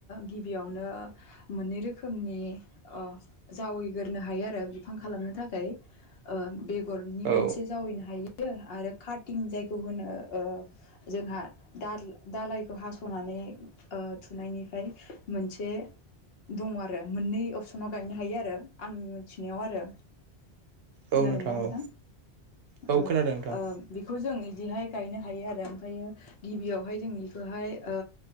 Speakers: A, on the left (about 65°); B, on the right (about 65°).
A: गिबियावनो मोननै रोखोमनि अ जावै गोरनो हायो आरो बिफां खालामनो थाखाय ओ बेगरनि
B: औ
A: मोनसे जावैनो हायो आरो कातिं जायखौ खौ होनो ओ जोंहा दा-दालाइखौ हास'नानै ओ थुनायनि फाय मोनसे दङ' आरो मोननै अपसनाव गायनो हायो आरो आंनि मोनथिनायाव आरो। खोनादोंना
B: औ
A: नोंथां?
B: औ औ
A: ओ
B: खोनादों नोंथां
A: ओ बेखौ जों बेहाय गानो हायो आरो ओमफायो गिबियावहाय जों बेखौहाय ओ